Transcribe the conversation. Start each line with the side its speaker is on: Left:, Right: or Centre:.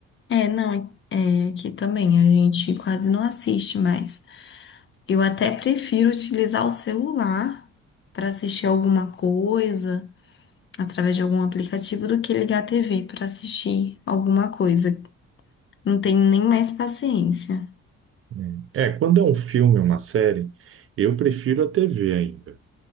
Left: É, não, é, é que também a gente quase não assiste mais. Eu até prefiro utilizar o celular para assistir alguma coisa através de algum aplicativo do que ligar a TV para assistir alguma coisa. Não tenho nem mais paciência.
Right: né? É, quando é um filme, uma série, eu prefiro a TV ainda,